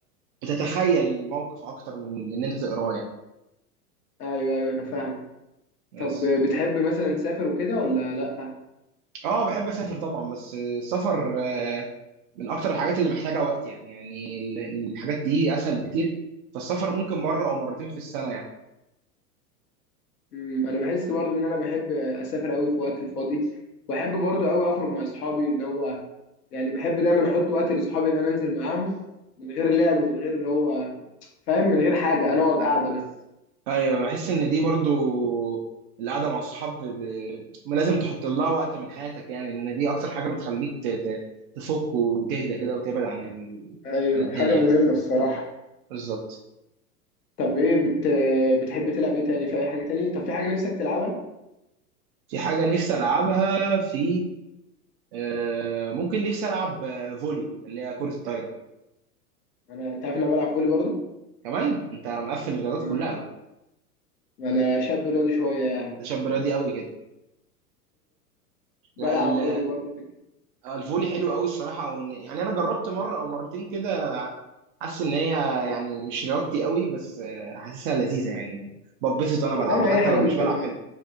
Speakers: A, on the right; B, on the left.
A: بتتخيل الموقف اكتر من من ان انت تقراه يعني
B: ايوه ايوه انا فاهم
A: بس
B: طب آه، بتحب مثلا تسافر وكده ولا لا
A: اه بحب اسافر طبعا بس السفر آه، من اكتر الحاجات اللي محتاجه وقت يعني يعني ال- الحاجات دي اسهل بكتير فالسفر ممكن مره او مرتين في السنه يعني
B: مم، انا بحس برضو ان انا بحب اسافر قوي في وقت الفاضي واحب برضو قوي اخرج مع اصحابي اللي هو يعني بحب دايما احط وقت لاصحابي ان انا انزل معاهم من غير لعب من غير اللي هو فاهم من غير حاجه انا اقعد قاعده بس
A: ايوه بحس ان دي برضو القعده مع الصحاب ب... ب- لازم تحط لها وقت من حياتك يعني ان دي اكتر حاجه بتخليك ت... ت... تفك وتهدى كده وتبعد عن ال...
B: ايوه
A: عن الدنيا
B: حاجة مهمة الصراحة
A: بالظبط
B: طب ايه بت... بتحب تلعب ايه تاني في اي حاجه تاني طب في حاجه نفسك تلعبها
A: في حاجه نفسي العبها في آه، ممكن نفسي العب آه، فولي اللي هي كره الطايره
B: انا انت عارف ان انا بلعب فولي برضو
A: كمان انت مقفل الرياضات
B: آه.
A: كلها بقى
B: انا شاب رياضي شويه يعني
A: ده شاب رياضي قوي كده
B: بلعب
A: لا ال-
B: فولي برضو في
A: آه، الفولي حلو قوي الصراحه ون... يعني انا جربت مره او مرتين كده حاسس ان هي يعني مش رياضتي قوي بس آه، حاسسها لذيذه يعني ببسط وانا
B: صدقني
A: بلعبها حتى
B: اي حاجه
A: لو
B: بالتمرين
A: مش بلعب حلو